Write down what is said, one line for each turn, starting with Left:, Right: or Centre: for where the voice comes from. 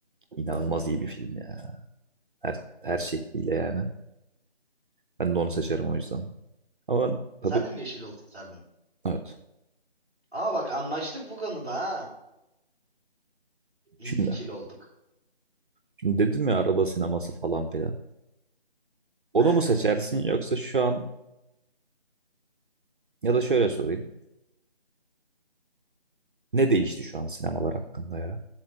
Right: İnanılmaz iyi bir film ya. Her, her şekliyle yani. Ben de onu seçerim o yüzden. Ama ben tabii
Centre: Sen de mi Yeşil Yol seçerdin?
Right: evet.
Centre: Aa bak anlaştık bu konuda ha. İyi
Right: Şimdi
Centre: bir ikili olduk.
Right: Şimdi dedim ya araba sineması falan filan. Onu
Centre: Evet.
Right: mu seçersin yoksa şu an ya da şöyle sorayım. Ne değişti şu an sinemalar hakkında ya?